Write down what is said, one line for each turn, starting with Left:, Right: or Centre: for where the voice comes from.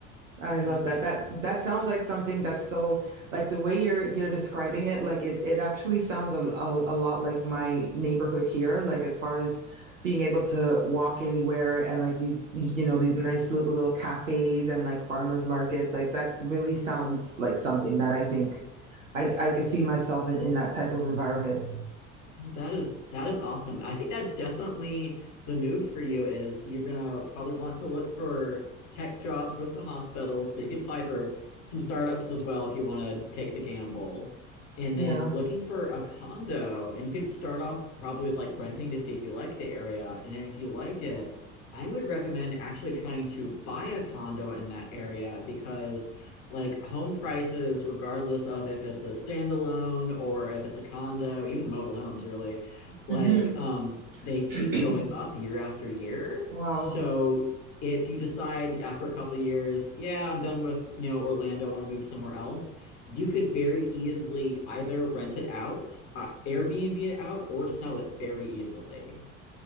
Right: I love
Left: Yeah.
Right: that. That that sounds like something that's so like the way you're you're describing it, like it it actually sounds a, a, a lot like my neighborhood here, like as far as being able to walk anywhere and like these you you know these nice little, little cafes and like farmers markets, like that really sounds like something that I think I I could see myself in, in that type of environment.
Left: Well, That is that is awesome. I think that's definitely the move for you is you're gonna probably want to look for tech jobs with the hospitals, but you could apply for some startups as well if you want to take the gamble. And
Right: Yeah.
Left: then looking for a condo, and you could start off probably with like renting to see if you like the area. And then if you like it, I would recommend actually trying to buy a condo in that area because like home prices, regardless of if it's a standalone or if it's a condo, even the mobile homes really, like
Right: hmm
Left: um they keep
Right: <clears throat>
Left: going up year after year.
Right: Wow.
Left: So if you decide after a couple of years, yeah, I'm done with, you know, Orlando, I want to move somewhere else, you could very easily either rent it out, uh, Airbnb it out, or sell it very easily.